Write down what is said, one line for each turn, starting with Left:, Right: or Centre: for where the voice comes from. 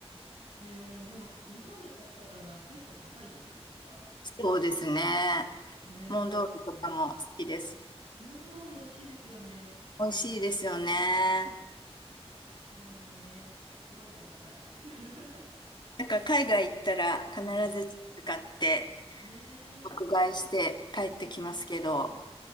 Right: えーでも、日本で買ったらなんか結構高いじゃないですか。
Left: そうですね。
Right: ねえ、
Left: モンドールとかも好きです。
Right: そうだったら、モンドール美味しいですよね。
Left: 美味しいですよね。
Right: 食べます大変もうね、すごい食べたい。<laughs>
Left: なんか海外行ったら必ず使って、
Right: うん。ねえ。
Left: 爆買いして帰ってきますけど。
Right: ねえ